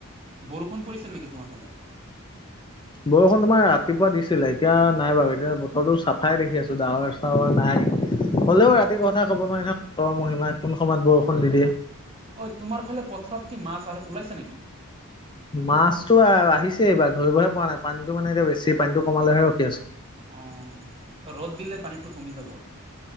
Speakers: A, on the right; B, on the left.
A: বৰষুণ পৰিছিল নেকি তোমাৰ ফালে?
B: বৰষুণ তোমাৰ ৰাতিপুৱা দিছিলে এতিয়া নাই বাৰু এতিয়া বতৰটো চাফাই দেখি আছো ডাৱৰ চাৱৰ নাই। হ'লেও
A: অ
B: ৰাতিৰ কথা ক'ব নোৱাৰি নহয়। ঈশ্বৰৰ মহিমা কোন সময়ত বৰষুণ দি দিয়ে।
A: অঁ তোমাৰ ফালে পথাৰত কি মাছ আহে ওলাইছে নেকি?
B: মাছতো আহিছে এইবাৰ ধৰিবহে পৰা নাই। পানীটো মানে এতিয়া বেছি, পানীটো কমালেহে ৰখি আছো।
A: অঁ ৰ'দ দিলে পানীটো কমি যাব।